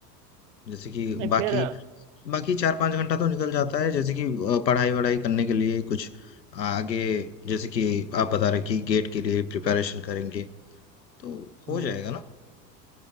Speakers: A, on the left (about 85°); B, on the right (about 55°).
A: जैसे कि
B: नहीं
A: बाकी
B: फिर
A: बाकी चार पाँच घंटा तो निकल जाता है जैसे कि अ, पढ़ाई वढ़ाई करने के लिए कुछ आगे जैसे कि आप बता रहे कि गेट के लिए प्रिपरेशन करेंगे तो
B: हम्म,
A: हो जाएगा ना